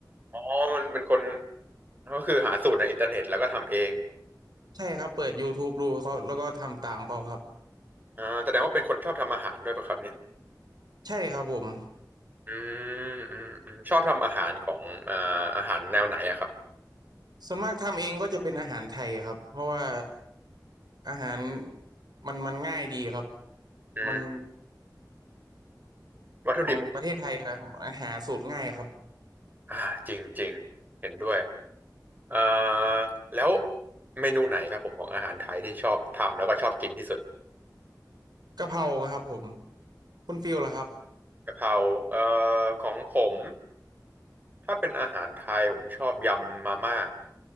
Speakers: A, on the right; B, on the right.
A: อ๋อมันเป็นคนก็คือหาสูตรในอินเทอร์เน็ตแล้วก็ทำเอง
B: <laughs> ใช่ครับเปิดย o ทูบ b e ดูเขาแล้วก็ทำตามเขาครับ
A: อ่าแสดงว่าเป็นคนชอบทำอาหารด้วยป่ะครับเนี่ย
B: ใช่ครับผม
A: อืมอืมอืมชอบทำอาหารของอ่าอาหารแนวไหนอะครับ
B: ส่วนมากทำเองก็จะเป็นอาหารไทยครับเพราะว่าอาหารมันมันง่ายดีครับ
A: อืม
B: มัน
A: วัตถุดิบ
B: ของประเทศไทยครับหาสูตรง่ายครับ
A: อ่าจริงจริงเห็นด้วยเอ่อแล้วเมนูไหนครับผมของอาหารไทยที่ชอบทำแล้วก็ชอบกินที่สุด
B: กะเพราครับผมคุณฟิลล่ะครับ
A: กะเพราเอ่อของผมถ้าเป็นอาหารไทยผมชอบยำมาม่า